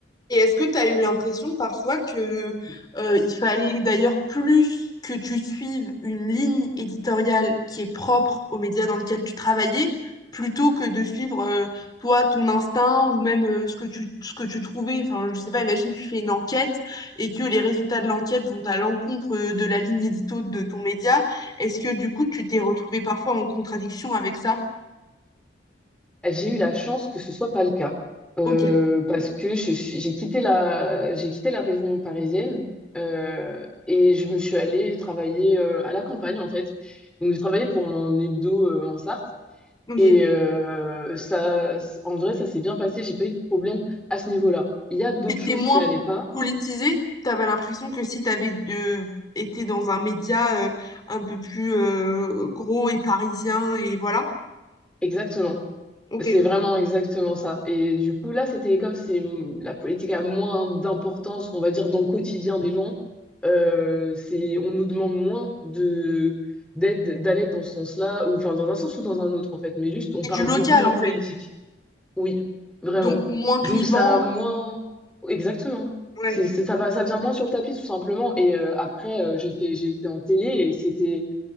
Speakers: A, on the left; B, in the centre.
A: Et est-ce que tu as eu l'impression parfois que euh, il fallait d'ailleurs plus que tu suives une ligne éditoriale qui est propre au média dans lequel tu travaillais, plutôt que de suivre euh, toi ton instinct ou même euh, ce que tu ce que tu trouvais. Enfin, je sais pas, imagine tu fais une enquête et que les résultats de l'enquête vont à l'encontre euh, de la ligne édito de ton média. Est-ce que du coup tu t'es retrouvé parfois en contradiction avec ça?
B: J'ai eu la chance que ce soit pas le cas. Euh,
A: Ok,
B: parce que je- je- j'ai quitté la, j'ai quitté la région parisienne euh, et je me suis allée travailler euh, à la campagne en fait. Donc j'ai travaillé pour un hebdo euh, en Sarthe
A: ok.
B: et euh, ça, en vrai, ça s'est bien passé. J'ai pas eu de problème à ce niveau-là. Il y a d'autres
A: C'était
B: choses
A: moins
B: qui allaient pas,
A: politisé. T'avais l'impression que si t'avais euh, été dans un média euh, un peu plus euh, gros et parisien, et voilà.
B: exactement.
A: Ok.
B: C'est vraiment exactement ça. Et du coup, là, c'était comme c'est la politique a moins d'importance, on va dire, dans le quotidien des gens. euh, c'est, on nous demande moins de d'être- d'aller dans ce sens-là, ou enfin dans un sens ou dans un autre en fait. Mais juste, on
A: C'est
B: parle
A: du local,
B: beaucoup moins
A: en
B: de politique.
A: fait.
B: Oui, vraiment.
A: Donc, moins clivant.
B: Donc ça a moins,
A: euh,
B: exactement.
A: ouais,
B: C'est, c'est- ça va, ça vient moins sur le tapis tout simplement. Et euh, après, euh, j'ai fait, j'ai été en télé et c'était